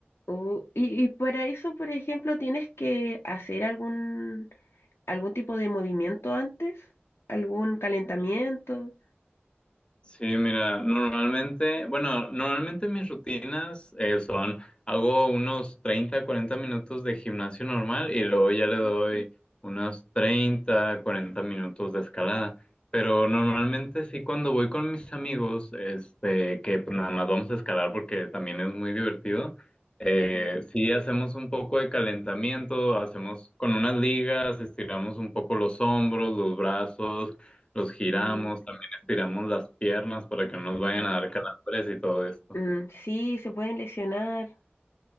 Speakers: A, on the left (about 80°); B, on the left (about 25°).
A: Oh, y, y para eso, por ejemplo, tienes que hacer algún, algún tipo de movimiento antes, algún calentamiento.
B: Sí, mira, normalmente, bueno, normalmente mis rutinas eh, son, hago unos 30, 40 minutos de gimnasio normal y luego ya
A: Ujú,
B: le doy unos 30, 40 minutos de escalada. Pero normalmente sí cuando voy con mis amigos, este, que pues, nada más vamos a escalar porque también es muy divertido, eh,
A: ujú,
B: sí hacemos un poco de calentamiento, hacemos con unas ligas, estiramos un poco los hombros, los brazos, los giramos.
A: ujú.
B: Estiramos las piernas para que no nos
A: Claro.
B: vayan a dar calambres y todo esto.
A: Mm, sí, se pueden lesionar,